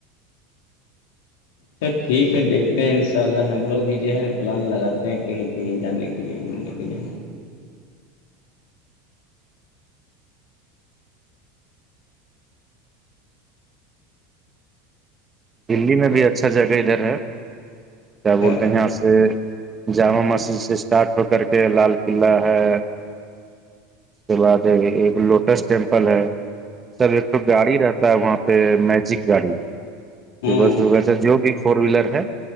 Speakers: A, on the left; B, on the right.
A: اچھا ٹھیک ہے دیکھتے ہیں ان شاء اللہ ہم لوگ بھی جو ہے نا پلان لگاتے ہیں کہیں کہیں جانے کے کہے گھومنے کے لیے
B: دلی میں بھی اچھا جگہ ادھر ہے
A: اچھا
B: کیا بولتے ہیں یہاں سے جامع مسجد سے اسٹارٹ ہو کر کے لال قلعہ ہے اس کے بعد ایک لوٹس ٹیمپل ہے سب ایک تو گاڑی رہتا ہے وہاں پہ میجک گاڑی
A: ہوں
B: صبح صبح سے جو بھی فور ویلر ہے